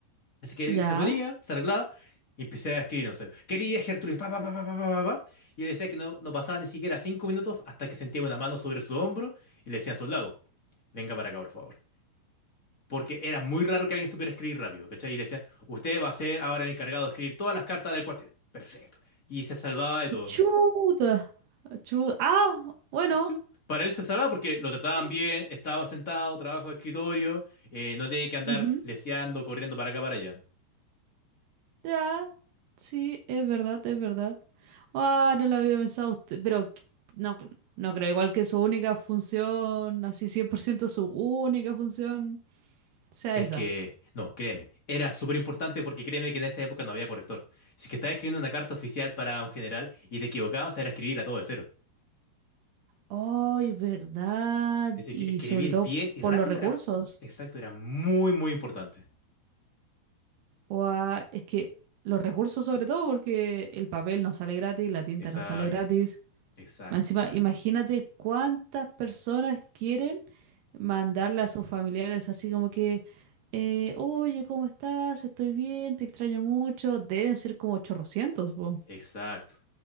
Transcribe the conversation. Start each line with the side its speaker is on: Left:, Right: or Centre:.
Left: Así que él
Right: ya.
Left: se ponía, se arreglaba y empecé a escribir, no sé, quería Gertrudis, pa, pa, pa, pa, pa, pa, pa, pa. Y él decía que no, no pasaba ni siquiera cinco minutos hasta que sentía una mano sobre su hombro y le decían, soldado, venga para acá, por favor. Porque era muy raro que alguien supiera escribir rápido, ¿cachai? Y le decían, usted va a ser ahora el encargado de escribir todas las cartas del cuartel. Perfecto. Y se salvaba de todo.
Right: Chuta. chu- Ah, bueno.
Left: Chu. Para él se salvaba porque lo trataban
Right: sí,
Left: bien, estaba sentado, trabajo de escritorio, eh, no tenía que andar
Right: ujú,
Left: leseando, corriendo para acá, para allá.
Right: Ya. Sí, es verdad, es verdad. Ah, no lo había pensado usted, pero qu- no, no creo igual que su única función, así 100% su única función, sea
Left: Es
Right: esa.
Left: que, no, créeme, era súper importante porque créeme que en esa época no había corrector. Si que estaba escribiendo una carta oficial para un general y te equivocabas, era escribirla todo de cero.
Right: Ay, verdad.
Left: Así
Right: Y
Left: que escribir
Right: sobre todo
Left: bien y
Right: por
Left: rápido
Right: los recursos.
Left: era, exacto, era muy, muy importante.
Right: O es que los recursos sobre todo porque el papel no sale gratis, la tinta
Left: Exacto,
Right: no sale gratis.
Left: exacto,
Right: Más Encima,
Left: exacto,
Right: imagínate cuántas personas quieren mandarle a sus familiares así como que, eh, oye, ¿cómo estás? Estoy bien, te extraño mucho. Deben ser como 800 po.
Left: exacto.